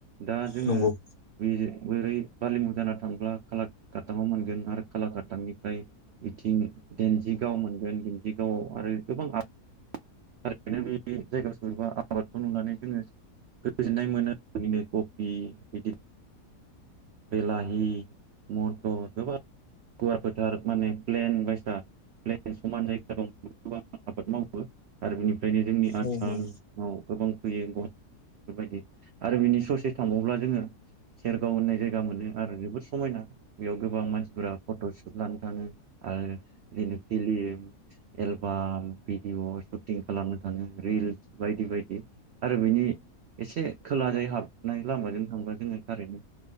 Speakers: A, on the right (about 85°); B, on the left (about 50°).
A: दा जोङो
B: नंगौ
A: बे बोरै बालिमुं जाना थांब्ला खालाकाटाङाव मोनगोन आरो खालाकाटांनिफ्राय बिथिं देन्जिगाव मोनगोन दन्जिगावआव आरो गोबां आबाद <unintelligible> थारैनो बे आबादखौ नुनानै जोङो गोजोननाय मोनो बिनो कफि बिदि बेलाहि मथर गोबां गुवार फोथार माने प्लेन बायसा प्लेन समान जायगा दं गोबां आबाद मावो आरो बिनि खायनो जोंनि आसामाव
B: औ नंगौ
A: गोबां फैयो <unintelligible> बायदि आरो बिनि ससे थांबाव्ला जोङो सेरगाव होननाय जायगा। गा मोनो आरो जोबोर समायना बेयाव गोबां मानसिफोरा फट' सुट लानो थाङो आरो बिदिनो फिलिम एलबाम भिडिअ' सुटिं खालामनो थाङो रिल्स बायदि बायदि आरो बिनि एसे खोला जै हाबनाय लामाजों थांबा जोङो थारैनो